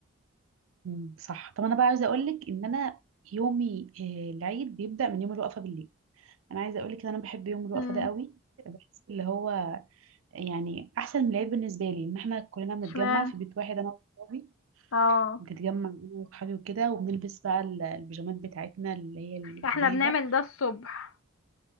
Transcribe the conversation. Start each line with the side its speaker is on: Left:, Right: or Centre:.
Right: مم، صح طب انا بقى عايزه اقول لك ان انا يومي آه، العيد بيبدا من يوم الوقفه بالليل انا عايزه اقول لك ان انا بحب يوم الوقفه
Left: امم
Right: ده قوي بحس اللي هو يعني احسن من العيد بالنسبه لي ان احنا كلنا بنتجمع
Left: اشمعنى
Right: في بيت واحد انا واصحابي
Left: اه
Right: بنتجمع انا واصحابي وكده وبنلبس بقى ال- البيجامات بتاعتنا اللي هي الجديده
Left: احنا بنعمل ده الصبح